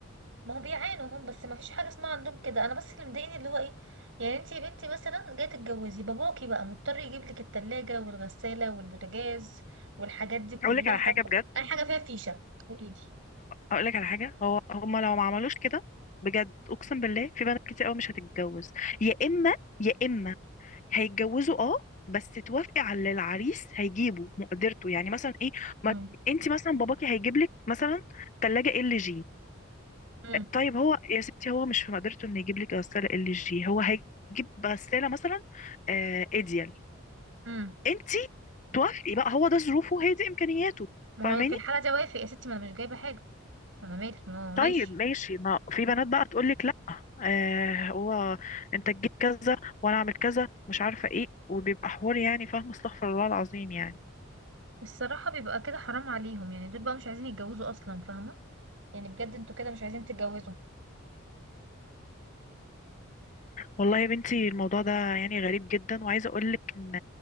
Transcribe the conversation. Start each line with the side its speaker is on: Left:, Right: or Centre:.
Right: ما هو بيعانوا هم بس ما فيش حاجه اسمها عندهم كده انا بس اللي مضايقني اللي هو ايه يعني انتي يا بنتي مثلا جاي تتجوزي باباكي بقى مضطر يجيب لك التلاجة والغسالة والبوتاجاز والحاجات دي كلها
Left: اقول لك على حاجة بجد
Right: اي حاجه فيها فيشه قولي لي
Left: اقول لك على حاجة هو هما لو ما عملوش كده بجد اقسم بالله في بنات كتير قوي مش هتتجوز يا اما يا اما هيتجوزوا اه بس توافقي على اللي العريس هيجيبه مقدرته يعني مثلا ايه
Right: مم.
Left: ما انت مثلا باباكي هيجيب لك مثلا ثلاجة ال جي
Right: امم
Left: طيب هو يا ستي هو مش في مقدرته انه يجيب لك غساله ال جي هو هيجيب غساله مثلا آه ايديال
Right: امم
Left: انت توافقي بقى هو ده ظروفه هي دي امكانياته
Right: ما
Left: فاهماني
Right: هو في الحاله دي وافق يا ستي ما انا مش جايبه حاجه انا مالي ما هو
Left: طيب
Right: ماشي
Left: ماشي ما في بنات بقى تقول لك لا آه هو انت تجيب كذا وانا اعمل كذا مش عارفه ايه وبيبقى حوار يعني فاهمه استغفر الله العظيم يعني
Right: الصراحه بيبقى كده حرام عليهم يعني دول بقى مش عايزين يتجوزوا اصلا فاهمه يعني بجد انتوا كده مش عايزين تتجوزوا
Left: والله يا بنتي الموضوع ده يعني غريب جدا وعايزه اقول لك ان